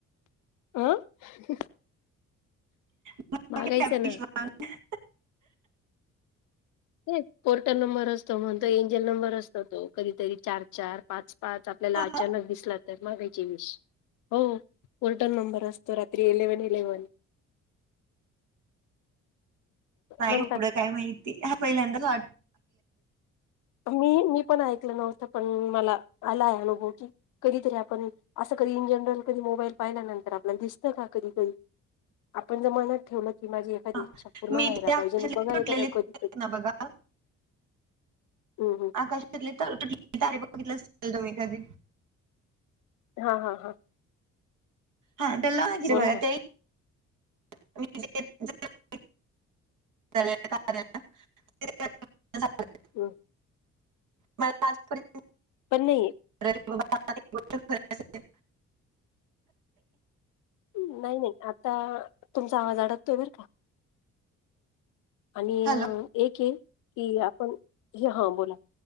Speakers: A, on the left; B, on the right.
A: अह.
B: <unintelligible>
A: मागायचा ना ते पोर्टल नंबर असतो म्हण तो एंजल नंबर असतो तो कधीतरी चार चार पाच. पाच आपल्याला
B: हा,
A: अचानक दिसला तर मागायचे विष. हो उलटन नंबर असतो रात्री एलेव्हन इलेव्हन.
B: नाही
A: म्हणतात
B: एढं काय माहिती ह पहिल्यांदा.
A: मी मी पण ऐकलं नव्हतं पण मला आलाय अनुभव की. कधीतरी आपण असं कधी इन जनरल कधी मोबाईल पाहिल्यानंतर आपल्या दिसतं का कधी कधी. आपण जर मनात ठेवलं की माझी. एखादी
B: ह
A: इच्छा पूर्ण
B: मी
A: व्हायला
B: ते
A: पाहिजे
B: आकाशात
A: ना बघा
B: सुटलेली
A: एखाद्या कधी कधी
B: ना बघा.
A: ह हं.
B: आकाशलेु तारे बघितलं असेल तु् एहीाधी.
A: हा हा हा.
B: हा तेला हगर
A: बोला
B: ब
A: ना
B: ते. <unintelligible> <unintelligible>
A: हम.
B: मला आजपर्य.
A: पण नाही.
B: <unintelligible> गोष्ट खरं असेल.
A: नाही नाही आता तुमचा आवाज अडकतोय बर का. आणि
B: हॅलो
A: एक आहे की आपण हे हा बोला.